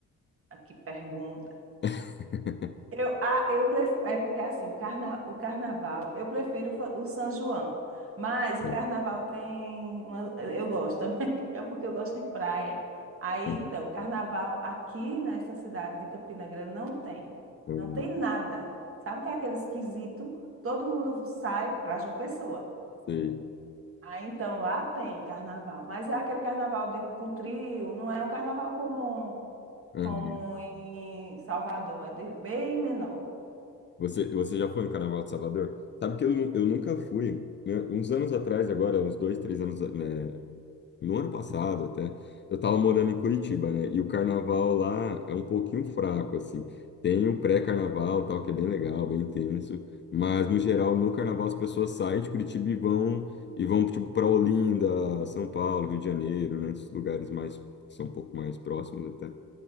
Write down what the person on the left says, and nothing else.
<laughs>
Bom,
Uhum,
uhum,
Sei.
Uhum.
Você, você já foi no Carnaval de Salvador? Sabe que eu, nu- eu nunca fui. né? Uns anos atrás, agora, uns dois, três anos, né, no ano passado até, eu estava morando em Curitiba, né? E o carnaval lá é um pouquinho fraco, assim. Tem o pré-carnaval, tal, que é bem legal, bem intenso, mas no geral, no carnaval as pessoas saem de Curitiba e vão e vão tipo para Olinda, São Paulo, Rio de Janeiro, né? Esses lugares mais que são um pouco mais próximos até